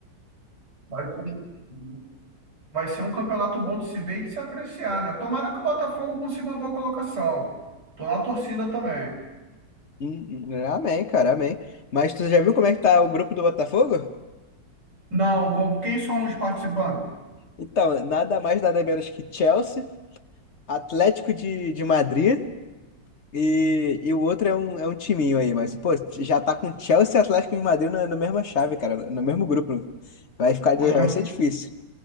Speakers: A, on the right; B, on the left.
A: Vai ser, um, vai ser um campeonato bom de se ver e de se apreciar, né? Tomara que o Botafogo consiga uma boa colocação. Tô na torcida também.
B: Hum, hum, Amém, cara, amém. Mas tu já viu como é que tá o grupo do Botafogo?
A: Não, com quem são os participantes?
B: Então, nada mais, nada menos que Chelsea, Atlético de, de Madrid e, e o outro é um, é um timinho aí, mas, pô, já tá com Chelsea e Atlético de Madrid na, na mesma chave, cara, no, no mesmo grupo. Vai ficar,
A: Hoje
B: vai ser difícil.